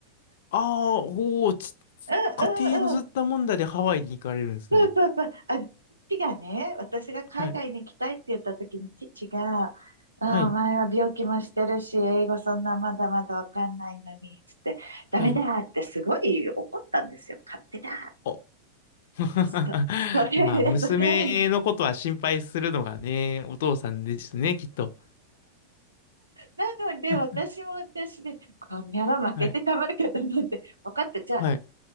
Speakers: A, on the left (about 55°); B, on the right (about 85°).
A: ああ、おお、ち
B: うんうんうん、
A: 家庭のずったもんだでハワイに行かれるんですね。
B: そうそうそう、あ、父がね、私が海外に行きたいって言った時に父が、
A: はい、
B: うん、
A: はい、
B: お前は病気もしてるし、英語そんなまだまだわかんないのに、つって、ダメだってすごい怒ったんですよ。
A: はい。
B: 勝手だ。
A: あ <laughs>
B: そ、それ、
A: まあ、
B: <laughs>
A: 娘のことは心配するのがね、
B: そう
A: お父さんですね、きっと。
B: なので、
A: <laughs>
B: 私も私で、こんにゃら負けてたまるかと思って、
A: はい。
B: 分かった、じゃあ、
A: はい。